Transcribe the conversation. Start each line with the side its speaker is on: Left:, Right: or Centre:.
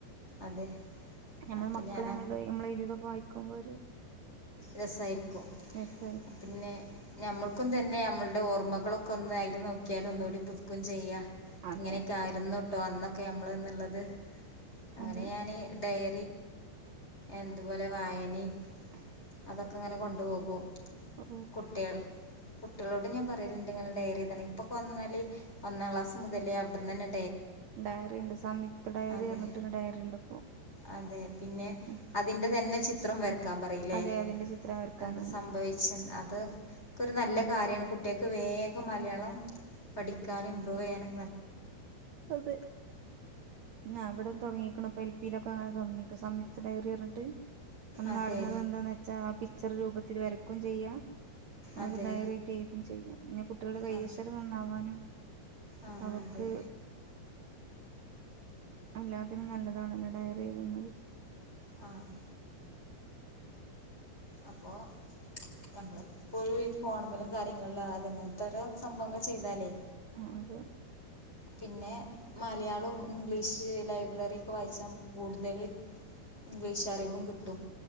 Left: അത്
Right: നമ്മൾ
Left: അപ്പൊ
Right: മക്കളെ
Left: ഞാൻ
Right: നമ്മള് നമ്മളെ എഴതിതൊക്കെ വായിക്കുമ്പോ ഒരു
Left: രസായിരിക്കും
Right: രസായി
Left: പിന്നെ ഞമ്മൾക്കും തന്നെ നമ്മളുടെ ഓർമ്മകളൊക്കെ ഒന്ന് അയി നോക്കിയല് ഒന്കൂടി പുതുക്കും ചെയ്യാ.
Right: അതെ
Left: ഇങ്ങനെയൊക്കെ ആയിരുന്നു അന്നൊക്കെ നമ്മളെന്നുള്ളത്, അങ്ങനെ
Right: അതെ
Left: ഞാന് ഡയ എന്തുപോലെ വായനയും
Right: <unintelligible>
Left: അതൊക്കെ ഇങ്ങനെ കൊണ്ടുപോകും.
Right: ഓ
Left: കുട്ടികൾ കുട്ടികളോടും ഞാൻ പറയലുണ്ട് ഇങ്ങനെ ഡയറിഎഴുതണം. ഇപ്പൊകൊന്നന്നാല് ഒന്നാം ക്ലാസ് മുതലേ അവിടന്നന്നെ
Right: ഡയറി ഉണ്ട് സംയുക്ത ഡയറി
Left: അതെ
Right: എന്നുപറഞ്ഞിട്ട് ഒരു ഡയറി ഉണ്ട് ഇപ്പോ
Left: അതെ. പിന്നെ
Right: ഉം.
Left: അതിന്റെ തന്നെ ചിത്രം വരക്കാൻ പറയില്ലേ?
Right: അതെ അതിന്റെ ചിത്രം വരക്കാനുണ്ട്
Left: എന്ത് സംഭവിച്ചേന്ന് അതൊക്കെ ഒരു നല്ല
Right: അതെ
Left: കാര്യമാണ് കുട്ട കുട്ടിയക്ക് വേഗം മലയാളം പഠിക്കാനും ഇമ്പ്രൂവ് ചെയ്യാനും
Right: അതെ ആ അവിട തുടങ്ങിക്കണ് പ്പിലൊക്കെ അങ്ങനെ തുടങ്ങി സംയുക്ത ഡയറിറഞ്ഞിട്ട്
Left: അതെ
Right: നടന്നത് എന്താന്ന് വെച്ചാ പിക്ചർ രൂപത്തിൽ വരക്കുകയും ചെയ്യാം
Left: അതെ
Right: അത് ഡയറി ചെയ്തും <unintelligible> ചെയ്യാം പിന്നെ കുട്ടികളുടെ കൈയക്ഷരം
Left: അ
Right: നന്നാവാനും
Left: ആ
Right: അവർക്ക്
Left: അതെ
Right: എല്ലാത്തിനും നല്ലതാണല്ലോ ഡയറി എഴുതുന്നത്
Left: ആഹ് അപ്പോ നമ്മള പ്പോഴും ഈ ഫോൺമലും കാര്യങ്ങളിലാ അത് ഇങ്ങനത്തെരോ സംഭവങ്ങൾ ചെയ്താലേ
Right: ആ അതെ.
Left: പിന്നെ മലയാളം ഇംഗ്ലീഷ് ലൈബ്രറി ഒക്കെ വായിച്ച മുക്ക് കൂടുതൽ ഇംഗ്ലീഷ് അറിവും കിട്ടും.